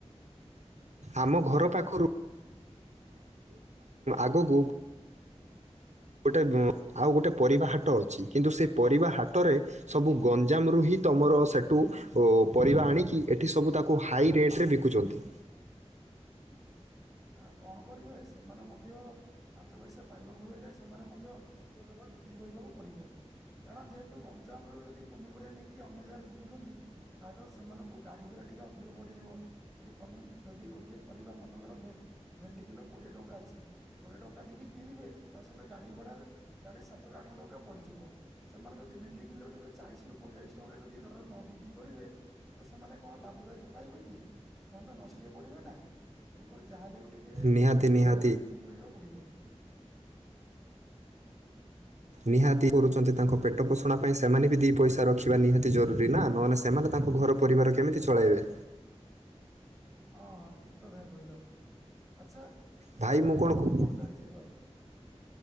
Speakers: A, on the right (about 85°); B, in the centre.
A: ଆମ ଘର ପାଖରୁ ଆଗକୁ ଗୋଟେ ଆଉ ଗୋଟେ ପରିବା ହାଟ ଅଛି। କିନ୍ତୁ ସେଇ ପରିବା ହାଟରେ ସବୁ ଗଞ୍ଜାମରୁ ହିଁ ତମର ସେଠୁ ଓ ପରିବା ଆଣିକି ଏଠି ସବୁ ତାକୁ ହାଇ ରେଟରେ ବିକୁଛନ୍ତି।
B: ଆଉ କଣ କରିବେ, ସେମାନେ ମଧ୍ୟ ପାଞ୍ଚ ପଇସା ପାଇବାକୁ ହେଲେ ସେମାନେ ମଧ୍ୟ ଅଧିକ ଦରରେ ବିକ୍ରି କରିବାକୁ ପଡିବ। କାରଣ ଯେହେତୁ ଗଞ୍ଜାମ ରୁ ଯଦି ପନିପରିବା ନେଇକି ଅନ୍ୟ ଜାଗାରେ ବିକୁଛନ୍ତି ତା ତ ସେମାନଙ୍କୁ ଗାଡି ଭଡା ଟିକେ ଅଧିକ ବଡିଯିବ। ଯଦି ଯଦି ଗୋଟିଏ ପରିବା ମନେକର ଭେଣ୍ଡି କିଲୋ କୋଡିଏ ଟଙ୍କା ଅଛି କୋଡିଏ ଟଙ୍କା ଦେଇକି କିଣିବେ ତା ସହିତ ଗାଡି ଭଡା ଜାଣି ସାତରୁ ଆଠ ଟଙ୍କା ପଡିଯିବ। ସେମାନେ ଯଦି ଭେଣ୍ଡି କିଲୋ ଟାକୁ ଚାଳିଶି ରୁ ପଇଁଚାଳିଶ ଟଙ୍କା ଯଦି ଦର ରେ ନ ବିକ୍ରି କରିବେ ତ ସେମାନେ କଣ ଲାଭଦାୟକ ପାଇବେ କି? ସେମାନେ ତ ନଷ୍ଟରେ ପଡିବେ ନାଁ। ତେଣୁକ ଯାହାହେଲେ ବି ଟିକେ
A: ନିହାତି ନିହାତି
B: ଦରରେ ବିକ୍ରି କରିବାକୁ ପଡିବ।
A: ନିହାତି କରୁଛନ୍ତି ତାଙ୍କ ପେଟ ପୋଷଣ ପାଇଁ ସେମାନେ ବି ଦି ପଇସା ରଖିବା ନିହାତି ଜରୁରୀ ନା। ନହଲେ ସେମାନେ ତାଙ୍କ ଘର ପରିବାର କେମିତି ଚଳାଇବେ?
B: ହଁ ହଁ ଠିକ କଥା କହିଲ। ଆଚ୍ଛା ତୁମର
A: ଭାଇ ମୁଁ
B: ଏ ପଢାପଢି
A: କ-
B: କଣ ଚାଲିଛି ଏବେ ଆଉ?